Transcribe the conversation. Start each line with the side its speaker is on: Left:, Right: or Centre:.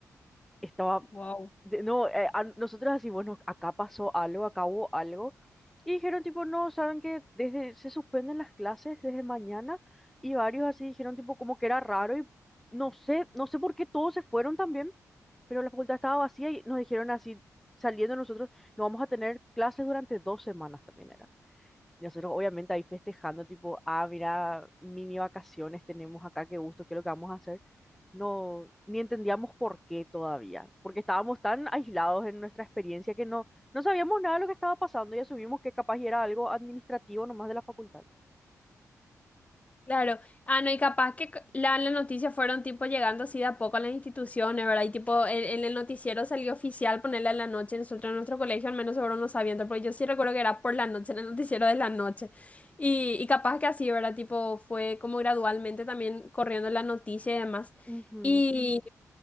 Centre: estaba,
Left: wow
Centre: de- no, eh, a- nosotros así, bueno, acá pasó algo, acá hubo algo, y dijeron tipo, no, saben que desde, se suspenden las clases desde mañana, y varios así dijeron tipo como que era raro, y no sé, no sé por qué todos se fueron también, pero la facultad estaba vacía y nos dijeron así, saliendo nosotros, no vamos a tener clases durante dos semanas también era. Y nosotros obviamente ahí festejando, tipo, ah, mira, mini vacaciones tenemos acá, qué gusto, qué es lo que vamos a hacer. No, ni entendíamos por qué todavía, porque estábamos tan aislados en nuestra experiencia que no, no sabíamos nada de lo que estaba pasando y asumimos que capaz era algo administrativo nomás de la facultad.
Left: Claro, ah, no, y capaz que c- la, la noticia fueron tipo llegando así de a poco a las instituciones, ¿verdad? Y tipo, en, en el noticiero salió oficial ponerla en la noche, nosotros en nuestro colegio al menos seguro no sabiendo, porque yo sí recuerdo que era por la noche, en el noticiero de la noche. Y, y capaz que así, ¿verdad? Tipo, fue como gradualmente también corriendo la noticia y demás. Mm.
Centre: Ujú.
Left: Y,